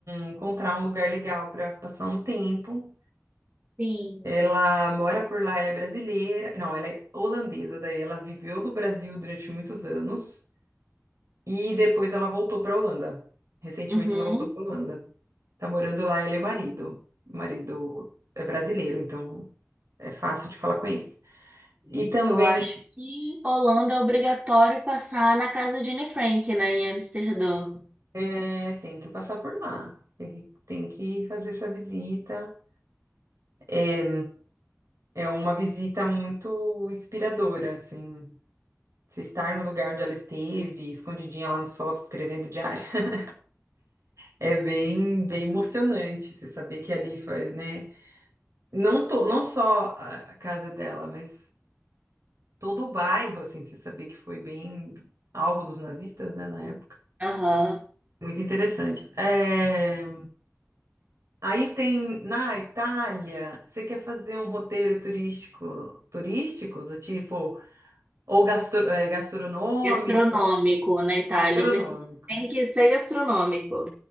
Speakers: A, on the right; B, on the right.
A: encontrar um lugar legal para passar um tempo.
B: sim.
A: Ela mora por lá, ela é brasileira. Não, ela é holandesa, daí ela viveu no Brasil durante muitos anos e depois ela voltou para Holanda. Recentemente
B: Uhum.
A: ela voltou para Holanda. Tá morando lá ela e o marido. O marido é brasileiro, então é fácil de falar com eles. E também
B: Eu acho que Holanda é obrigatório passar na casa de Anne Frank, né, em Amsterdã.
A: É, tem que passar por lá. Tem que, tem que fazer essa visita. É, é uma visita muito inspiradora, assim. Você estar no lugar onde ela esteve, escondidinha lá no sótão, escrevendo diário. <laughs> É bem, bem emocionante você saber que ali faz, né? Não, to, não só a casa dela, mas todo o bairro, assim, você saber que foi bem alvo dos nazistas, né, na época.
B: Aham.
A: Muito interessante. É, Aí tem na Itália, você quer fazer um roteiro turístico, turístico do tipo ou gastro- eh, gastronômico,
B: Gastronômico na Itália.
A: gastronômico.
B: vai- Tem que ser gastronômico.